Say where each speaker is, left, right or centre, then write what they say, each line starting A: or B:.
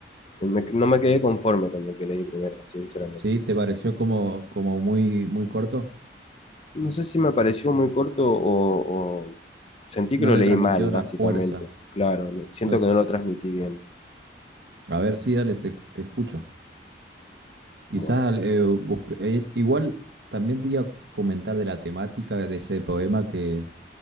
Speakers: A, on the left; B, on the right.
A: me- no me quedé conforme con el que leí primero, sinceramente.
B: Sí, te pareció como, como muy, muy corto.
A: No sé si me pareció muy corto o, o sentí
B: No
A: que lo
B: te
A: leí
B: transmitió
A: mal, básicamente.
B: la fuerza.
A: Claro, no- siento
B: No
A: que
B: t-
A: no lo transmití bien.
B: a ver, sí, dale, te, te escucho. Quizás
A: Bueno,
B: eh, busque- eh, igual también te iba a comentar de la temática de ese poema que,